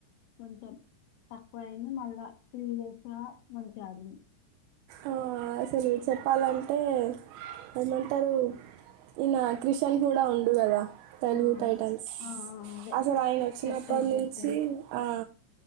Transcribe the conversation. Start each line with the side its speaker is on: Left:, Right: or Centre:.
Left: కొంచెం తక్కువ అయింది మళ్ళా ప్రీవియస్ లా మంచిగా ఆడింది
Right: ఆ అసలు చెప్పాలంటే ఏమంటారు ఈయన క్రిషన్ గుడా ఉండు కదా తెలుగు
Left: ఆ
Right: టైటన్స్
Left: ఆ ఆ అదే
Right: అసలు ఆయన వచ్చినప్పటి
Left: కెప్టెన్ కెప్టెన్
Right: నుంచి ఆ